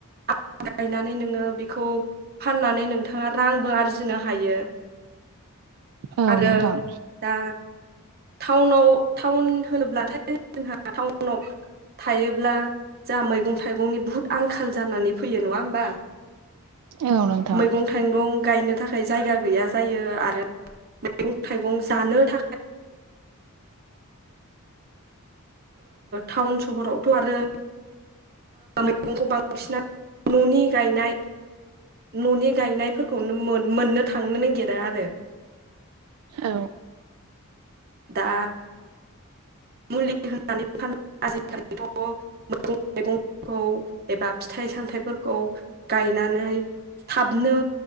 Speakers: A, on the right (about 45°); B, on the right (about 80°).
A: आ गायनानै नोङो बेखौ फाननानै नोंथाङा रांबो आरजिनो हायो।
B: औ
A: आरो
B: नोंथां
A: दा टाउनाव टाउन होनोब्लाथाय जोंहा टाउनाव थायोब्ला जोंहा मैगं थाइगंनि बुहुद आंखाल जानानै फैयो नङा होमबा।
B: औ नोंथां।
A: मैगं थाइगं गायनो थाखाय जायगा गैया जायो आरो मैगं थाइगं जानो थाखाय टाउन सहरावथ आरो मैगंखौ बांसिन न'नि गायनाय न'नि गायनायफोरखौनो मोननो थांनो नागिरा आरो
B: औ
A: दा मुलि होनानै फानो आजिखालिथ मैगं थाइगंखौ एबा फिथाइ सामथाइफोरखौ गायनानै थाबनो